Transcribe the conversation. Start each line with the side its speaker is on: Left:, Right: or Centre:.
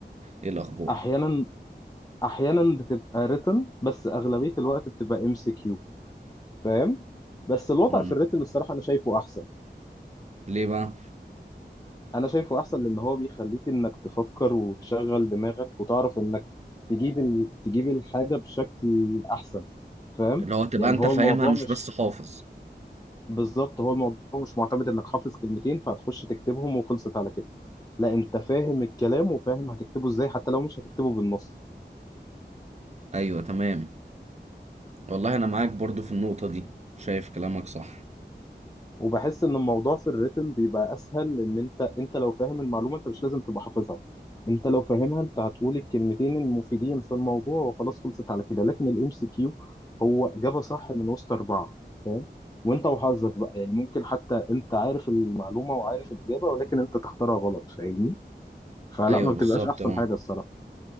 Right: ايه الاخبار
Left: احيانا احيانا بتبقى written بس اغلبيه الوقت بتبقى ام سي كيو فاهم بس الوضع
Right: مم.
Left: في الريتن الصراحه انا شايفه احسن
Right: ليه بقى
Left: انا شايفه احسن لان هو بيخليك انك تفكر وتشغل دماغك وتعرف انك تجيب ال... تجيب الحاجه بشكل احسن فاهم
Right: اللي هو تبقى
Left: يعني
Right: انت
Left: هو
Right: فاهمها
Left: الموضوع
Right: مش
Left: مش
Right: بس حافظ
Left: بالظبط هو الموضوع مش معتمد انك حافظ كلمتين فهتخش تكتبهم وخلصت على كده لا انت فاهم الكلام وفاهم هتكتبه ازاي حتى لو مش هتكتبه بالنص
Right: ايوه تمام والله انا معاك برضو في النقطه دي شايف كلامك صح
Left: وبحس ان الموضوع في الريتم بيبقى اسهل لان انت انت لو فاهم المعلومه انت مش لازم تبقى حافظها انت لو فاهمها انت هتقول الكلمتين المفيدين في الموضوع وخلاص خلصت على كده لكن الام سي كيو هو اجابه صح من وسط اربعه فاهم وانت وحظك بقى يعني ممكن حتى انت عارف المعلومه وعارف الاجابه ولكن انت تختارها غلط فاهمني فلا
Right: ايوه
Left: ما
Right: بالظبط
Left: بتبقاش احسن
Right: اه
Left: حاجه الصراحه